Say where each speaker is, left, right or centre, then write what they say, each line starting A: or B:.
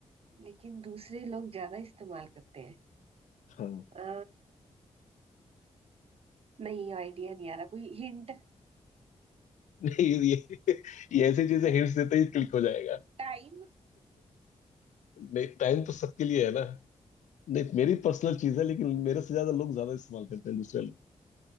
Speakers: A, on the right; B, on the left.
A: लेकिन दूसरे लोग ज्यादा इस्तेमाल करते हैं
B: हाँ
A: अ, नहीं आइडिया नहीं आ रहा कोई हिंट
B: <laughs> नहीं ये ये ऐसी चीजें
A: है
B: हिंट्स देते ही क्लिक हो जाएगा
A: टाइम
B: नहीं टाइम तो सबके लिए है ना नहीं मेरी पर्सनल चीज है लेकिन मेरे से ज्यादा लोग ज्यादा इस्तेमाल करते हैं दूसरे लोग